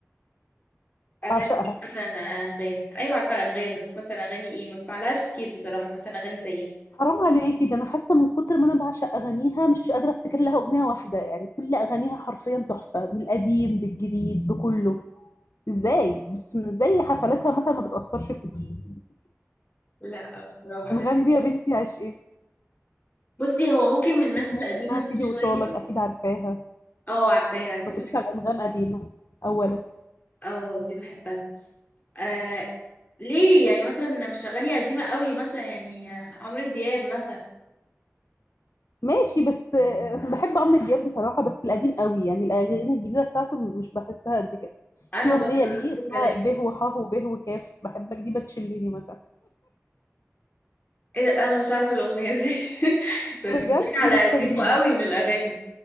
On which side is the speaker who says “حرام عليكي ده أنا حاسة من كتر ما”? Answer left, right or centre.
Left